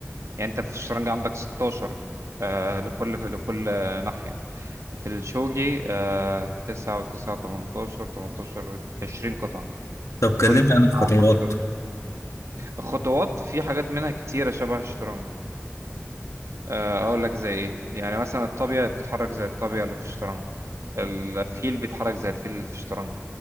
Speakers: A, on the right (about 75°); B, on the left (about 80°).
A: يعني انت في الشطرنج عندك 16 آه، لكل لكل ناحيه في الشوجي آه، تسعة وتسعة تمنتاشر تمنتاشر عشرين قطعة
B: طب كلمني
A: كل فريق
B: عن الخطوات
A: مع أربع قطع زي الخطوات في حاجات منها كتيرة شبه الشطرنج آه، أقول لك زي إيه يعني مثلا الطابية بتتحرك زي الطابية اللي في الشطرنج الفيل بيتحرك زي الفيل اللي في الشطرنج